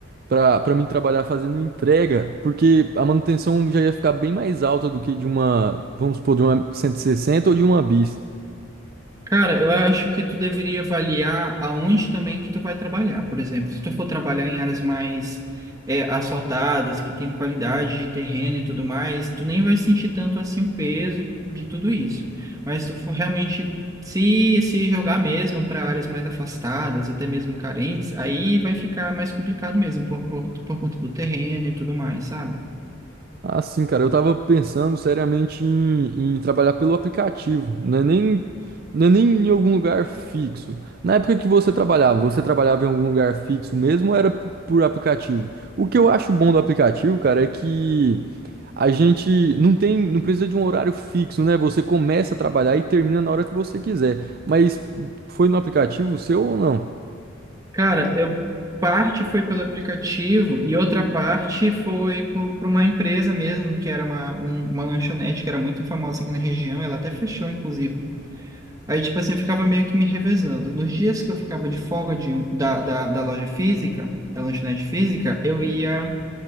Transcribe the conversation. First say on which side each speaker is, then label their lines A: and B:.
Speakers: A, on the right; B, on the right.
A: pra, pra mim trabalhar fazendo entrega, porque a manutenção já ia ficar bem mais alta do que de uma, vamos supor, de uma 160 ou de uma bis.
B: Cara, eu acho que tu deveria avaliar aonde também que tu vai trabalhar. Por exemplo, se tu for trabalhar em áreas mais é, asfaltadas, que tem qualidade de terreno e tudo mais, tu nem vai sentir tanto assim o peso de tudo isso. Mas se tu for realmente se, se jogar mesmo para áreas mais afastadas, até mesmo carentes, aí vai ficar mais complicado mesmo por, por, por conta do terreno e tudo mais, sabe?
A: Ah, sim, cara, eu tava pensando seriamente em, em trabalhar pelo aplicativo, não é nem, não é nem em algum lugar fixo. Na época que você trabalhava, você trabalhava em algum lugar fixo mesmo ou era p- por aplicativo? O que eu acho bom do aplicativo, cara, é que a gente não tem, não precisa de um horário fixo, né? Você começa a trabalhar e termina na hora que você quiser. Mas foi no aplicativo seu ou não?
B: Cara, eu parte foi pelo aplicativo e outra parte foi por, por uma empresa mesmo, que era uma, um- uma lanchonete que era muito famosa aqui na região, ela até fechou, inclusive. Aí, tipo assim, eu ficava meio que me revezando. Nos dias que eu ficava de folga de, um- da, da, da loja física, da lanchonete física, eu ia